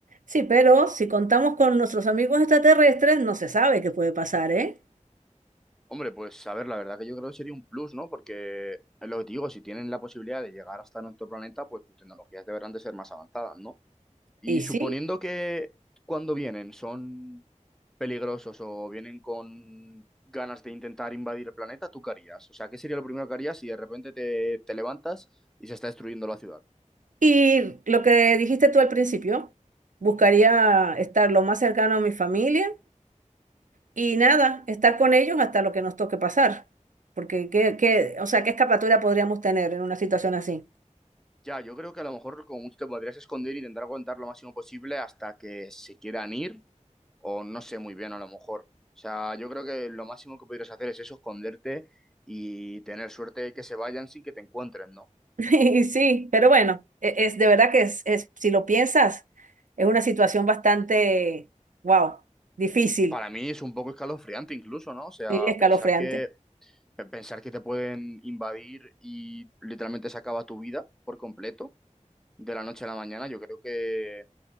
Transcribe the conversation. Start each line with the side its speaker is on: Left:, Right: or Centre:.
Right: Sí, pero si contamos con nuestros amigos extraterrestres, no se sabe qué puede pasar, ¿eh?
Centre: Hombre, pues a ver, la verdad que yo creo que sería un plus, ¿no? Porque es lo que te digo, si tienen la posibilidad de llegar hasta nuestro planeta, pues sus tecnologías deberán de ser más avanzadas, ¿no? Y
Right: Y sí.
Centre: suponiendo que cuando vienen son peligrosos o vienen con ganas de intentar invadir el planeta, ¿tú qué harías? O sea, ¿qué sería lo primero que harías si de repente te, te levantas y se está destruyendo la ciudad?
Right: Y lo que dijiste tú al principio, buscaría estar lo más cercano a mi familia y nada, estar con ellos hasta lo que nos toque pasar. Porque, ¿qué, qué- o sea, ¿qué escapatoria podríamos tener en una situación así?
Centre: Ya, yo creo que a lo mejor como mucho te podrías esconder e intentar aguantar lo máximo posible hasta que se quieran ir, o no sé muy bien, a lo mejor. O sea, yo creo que lo máximo que podrías hacer es eso, esconderte y tener suerte de que se vayan sin que te encuentren, ¿no?
Right: <laughs> Y sí, pero bueno, e- es, de verdad que es, es- si lo piensas, es una situación bastante, wow, difícil
Centre: Para mí es un poco escalofriante incluso, ¿no? O sea,
Right: y escalofriante.
Centre: pensar que, pe- pensar que te pueden invadir y literalmente se acaba tu vida por completo de la noche a la mañana, yo creo que,